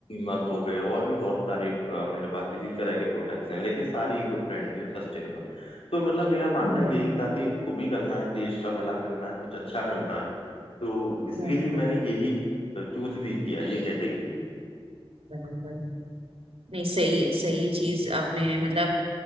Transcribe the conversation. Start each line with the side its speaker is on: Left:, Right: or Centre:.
Left: मग हो गए और भी बहुत सारे अ, मेरे पास इसी तरह के प्रोडक्ट्स हैं लेकिन सारे इको फ्रेंडली और सस्टेनेबल तो मतलब मेरा मानना
Right: हम्म
Left: यही था कि जो भी करना है देश का भला करना है कुछ अच्छा करना है तो इसलिए
Right: बराबर
Left: ही मैंने यही चूज भी किया ये कैटेगरी
Right: बराबर नहीं सही सही चीज आपने मतलब